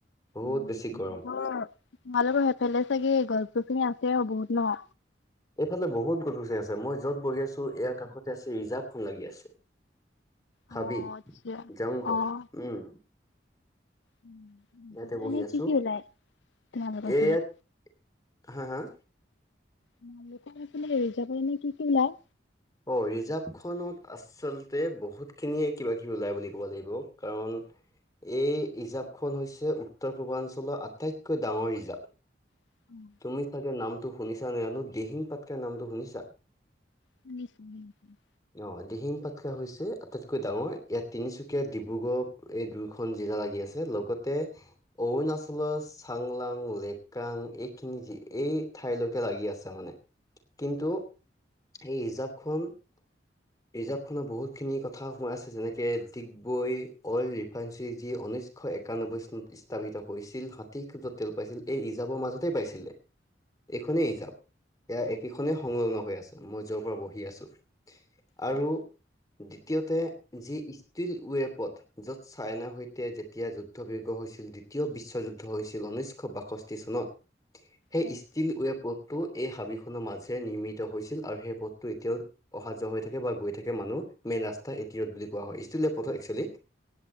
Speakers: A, on the left (about 20°); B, on the left (about 80°).
A: বহুত
B: উম,
A: বেছি
B: তোমালোকৰ,
A: গৰম
B: তোমালোকৰ সেফালে চাগে গছ গছনি আছে আৰু বহুত ন!
A: এইফালে বহুত গছ গছনি আছে, মই য'ত বহি আছোঁ ইয়াৰ কাষতে আছে <unintelligible> লাগি আছে। হাবি,
B: অ আচ্ছা।
A: জংঘল,
B: অ
A: উম।
B: <unintelligible>
A: ইয়াতে বহি আছো
B: কি, কি ওলাই তোমালোকৰ
A: এ
B: ফালে?
A: ইয়াত হা' হা'?
B: <unintelligible> ৰিৰ্জাভত এনে কি, কি ওলায়?
A: অ', ৰিজাৰ্ভখনত আচ আচলতে বহুতখিনিয়ে কিবা কিবি ওলাই বুলি ক'ব লাগিব কাৰণ এই ৰিৰ্জাভখন হৈছে উত্তৰ পূৰ্বাঞ্চলৰ আটাইতকৈ ডাঙৰ ৰিৰ্জাভ।
B: <inaudible>
A: তুমি চাগে নামটো শুনিছা নে <unintelligible> দিহিং পাটকাই নামটো শুনিছা?
B: শুনিছোঁ <unintelligible>
A: অ', দিহিং পাটকাই হৈছে আটাইতকৈ ডাঙৰ ইয়াত তিনিচুকীয়া ডিব্ৰুগড় এই দুয়োখন জিলা লাগি আছে লগতে অৰুনাচলৰ চাংলাং, লেকাং এই খিনি যি এই ঠাইলৈকে লাগি আছে মানে। কিন্তু এই ৰিৰ্জাভ খন ৰিজাৰ্ভ খনত বহুতখিনি কথা সোমাই আছে, যেনেকে ডিগবৈ অইল ৰিফাইনৰী যি উনৈছশ এক একানব্বৈ চনত স্থাপিত হৈছিল, হাতী খুদত তেল পাইছিল এই ৰিৰ্জাভৰ মাজতে পাইছিলে। এইখনেই ৰিৰ্জাভ, এয়া একেখনেই সংলগ্ন হৈ আছে মই যৰ পৰা বহি আছো।
B: হয়,
A: আৰু দ্বিতীয়তে, যি ষ্টীল ৱেপত য'ত চাইনা সৈতে যেতিয়া যুদ্ধ বিৰ্গ হৈছিল, দ্বিতীয় বিশ্বযুদ্ধ হৈছিল ঊনৈছশ বাষষ্ঠি চনত সেই
B: হয়।
A: ষ্টিল ৱেপত টো এই হাবিখনৰ মাজে নিৰ্মিত হৈছিল আৰু সেই পথটো এতিয়াও অহা যোৱা হৈ থাকে বা গৈ থাকে মানুহ মেইন ৰাস্তা এটি ৰ'দ বুলি কোৱা হয়, ষ্টিল ৱেপ পথত একচুৱেলি